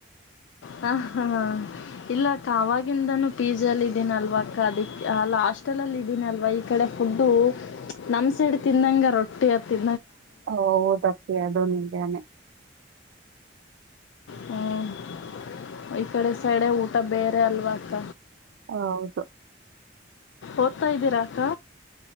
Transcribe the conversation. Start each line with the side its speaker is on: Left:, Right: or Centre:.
Left: ಹ ಹ ಹ ಇಲ್ಲ ಆವಾಗಿಂದಾನು ಪೀಜಿ ಅಲ್ಲಿ ಇದನ್ ಅಲ್ವಾ ಅದಿಕ್ ಅಲ್ಲಿ ಹಾಸ್ಟೆಲ್ ಅಲ್ಲಿ ಇದೀನ ಅಲ್ವಾ ಈ ಈ ಕಡೆ ಫುಡ್ಡು ನಮ್ ಸೈಡ್ ತಿಂದಂಗ ರೊಟ್ಟಿ ಹತ್ ತಿ
Right: ಓ ಹೌದ್ ಅಪ್ಪಿ ಅದು ನಿಜನೇ.
Left: ಹ್ಮ ಈ ಕಡೆ ಸೈಡೆ ಊಟ ಬೇರೆ ಅಲ್ವಾ ಅಕ್ಕ.
Right: ಹೌದು.
Left: ಓದ್ತಾ ಇದ್ದೀರಕ್ಕ.